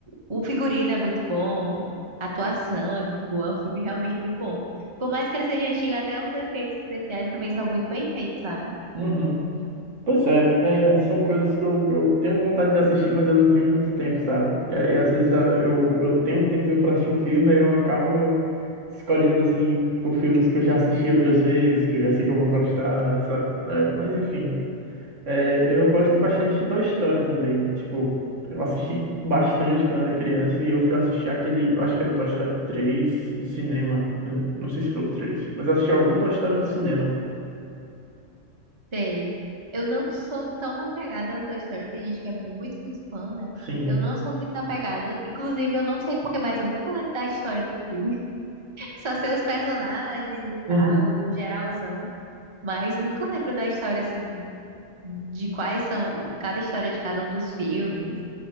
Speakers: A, on the right; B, on the right.
A: o figurino é muito bom, a atuação é muito boa, é um filme realmente muito bom. Por mais que ele seja antigo, até os efeitos especiais também são muito bem feitos, sabe?
B: Uhum. Pois é, é, são coisas que eu, eu tenho vontade de assistir, mas eu não tenho muito tempo, sabe? E aí, às vezes, ah, eu, eu tenho um tempinho para assistir um filme, aí eu acabo escolhendo, assim, por filmes que eu já assisti outras vezes, que eu já sei que eu vou gostar, sabe? É, mas, enfim, É, eu gosto bastante de Toy Story também. Tipo, eu assisti bastante quando era criança e eu fui assistir aquele, eu acho que era o Toy Story 3 no cinema. Eu não sei se foi o 3, mas eu assisti algum Toy Story no cinema.
A: Sei. Eu não sou tão apegada ao Toy Story, tem gente que é muito, muito fã, né?
B: Sim.
A: Eu não sou muito apegada, inclusive eu não sei porquê, mas eu nunca lembro da história do filme. <laughs> Só sei os personagens e
B: Uhum.
A: tal, o geralzão, mas nunca lembro da história assim, de quais são cada história de cada um dos filmes